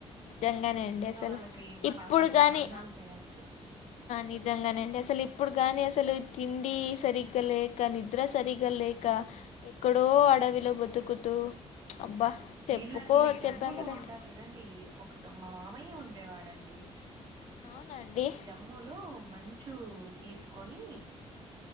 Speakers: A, on the left; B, on the right.
A: నిజంగనె
B: నిజంగా
A: అండి అసల్
B: వాళ్ళకి
A: ఇప్పుడు
B: పాదాభివందనాలు
A: గాని
B: చేయొచ్చు.
A: నిజంగనేండి అసల్ ఇప్పుడు గాని అసలు తిండి సరిగ్గ లేక నిద్ర సరిగ్గా లేక ఎక్కడో అడవిలొ బతుకుతూ అబ్బా
B: వీళ్ళండి
A: చెప్పుకో
B: జమ్ములో
A: చెప్పాం కదండి
B: ఉంటార్ చూడండి ఒక మా మావయ్యె ఉండేవాడండి
A: అవునా అండి
B: జమ్ములో మంచు తీసుకొని